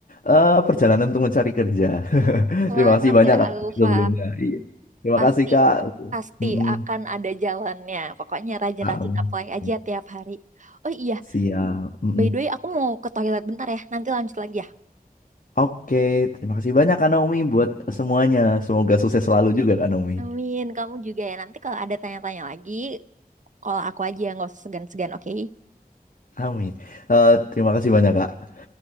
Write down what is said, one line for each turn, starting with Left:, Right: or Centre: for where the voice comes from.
Left: eh, perjalanan untuk mencari kerja. <laughs>
Right: Semangat
Left: Terima kasih banyak
Right: ya
Left: Kak
Right: Alfa.
Left: sebelumnya. Iya. Terima
Right: Pasti
Left: kasih Kak.
Right: pasti
Left: Mm-mm.
Right: akan ada jalannya. Pokoknya rajin-rajin
Left: Amin.
Right: apply aja tiap hari. Oh iya,
Left: Siap. Mm-mm.
Right: by the way aku mau ke toilet bentar ya. Nanti lanjut lagi ya.
Left: Oke, terima kasih banyak Kak Naomi buat semuanya. Semoga sukses selalu juga Kak Naomi.
Right: Amin, kamu juga ya. Nanti kalau ada tanya-tanya lagi, kalau aku aja nggak usah segan-segan, oke?
Left: Amin. Eh, terima kasih banyak Kak.